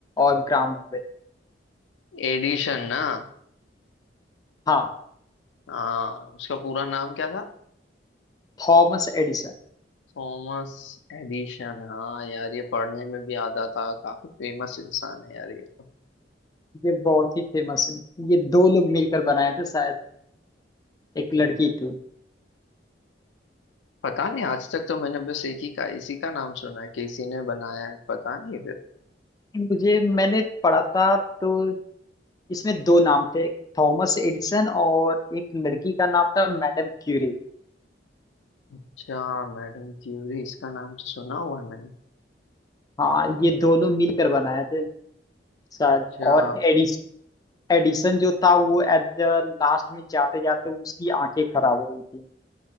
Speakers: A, on the left; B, on the left.
A: और ग्राम
B: एडिशन ना
A: हाँ
B: हाँ उसका पूरा नाम क्या था
A: थॉमस एडिसन
B: थॉमस एडिशन हाँ यार ये पढ़ने में भी आता था काफी फेमस इंसान है यार ये तो
A: ये बहुत ही फेमस है ये दो लोग मिलकर बनाए थे शायद एक लड़की थी
B: पता नहीं आज तक तो मैंने बस एक ही का इसी का नाम सुना है किसी ने बनाया है पता नहीं फिर
A: मुझे मैंने पढ़ा था तो इसमें दो नाम थे एक थॉमस एडिसन और एक लड़की का नाम था मैडम क्यूरी
B: अच्छा मैडम क्यूरी इसका नाम तो सुना हुआ है मैंने
A: हाँ ये दोनों मिलकर बनाए थे शायद
B: अच्छा
A: और एडिस एडिसन जो था वो एट द लास्ट में जाते जाते उसकी आंखें खराब हो गई थी